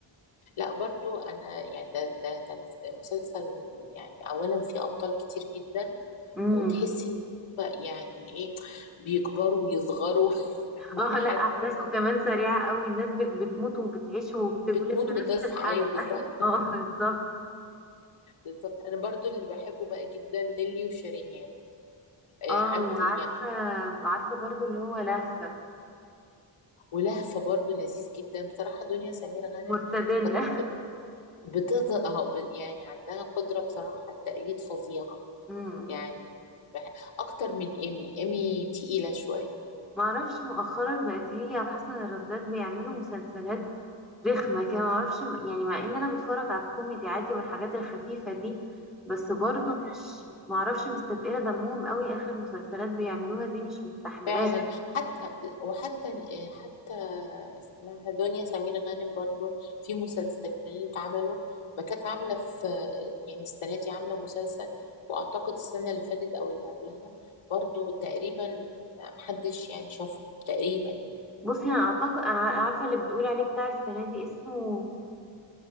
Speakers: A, on the left; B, in the centre.
A: لا برضو انا يعني ده ده تمس- مسلسل يعني اولا فيه ابطال كتير جدا
B: امم
A: وتحسي ان هو يعني ايه بيكبروا ويصغروا <laughs> يعني
B: اه
A: حاجه
B: لا احداثه كمان سريعه قوي الناس بت... بتموت وبتعيش وبتولد
A: بتموت
B: في نفس
A: وتصحى
B: الحلقه
A: ايوه بالظبط
B: <laughs> اه بالظبط
A: بالظبط انا برضو اللي بحبه بقى جدا نيلي وشريهان آه
B: اه
A: عندي
B: وعارفه
A: يعني
B: وعارفه برضو اللي هو لهفه
A: ولهفه برضو لذيذ جدا بصراحه دنيا سمير غانم
B: مرتدله
A: كانت
B: <laughs>
A: بتقدر اهو ب- يعني عندها قدره بصراحه التأييد فظيعه
B: امم
A: يعني بح- اكتر من ايمي ايمي تقيله شويه
B: ما اعرفش مؤخرا بقت هي وحسن الرداد بيعملوا مسلسلات رخمة كده معرفش يعني مع ان انا بتفرج على الكوميدي عادي والحاجات الخفيفة دي بس برضو مش معرفش مستتقلة دمهم قوي اخر مسلسلات بيعملوها دي مش مستحملاه
A: فعلا حتى وحتى آه، حتى اسمها دنيا سمير غانم برضو في مسلسلين اتعملوا ما كانت عاملة في آه، يعني السنة دي عاملة مسلسل وأعتقد السنة اللي فاتت أو اللي قبلها برضو تقريبا محدش يعني شافهم تقريبا يعني
B: بصي انا اعتقد انا عارفة اللي بتقولي عليه بتاع السنة دي اسمه